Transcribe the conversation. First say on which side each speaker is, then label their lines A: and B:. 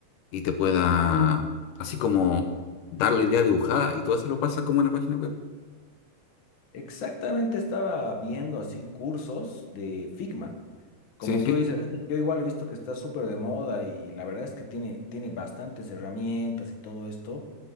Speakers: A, on the left (about 80°); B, on the left (about 50°).
A: y te pueda, así como dar la idea dibujada y todo eso lo pasa como en la página web.
B: exactamente estaba viendo así cursos de Figma. Como
A: Sí, sí.
B: tú dices, sí, yo igual he visto que está súper de moda y la verdad es que tiene, tiene bastantes herramientas y todo esto